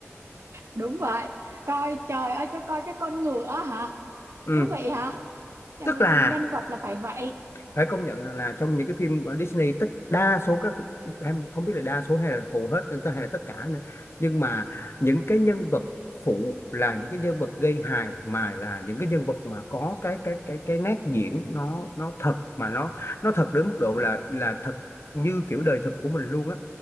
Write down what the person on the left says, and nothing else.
ừ.
tức là
phải công nhận rằng là trong những cái phim của Disney tất đa số các em không biết là đa số hay là hầu hết hay là tất cả nữa nhưng mà những cái nhân vật phụ là những cái nhân vật gây hài mà là những cái nhân vật mà có cái cái cái cái nét diễn nó nó thật mà nó nó thật đến mức độ là là thật như kiểu đời thực của mình luôn á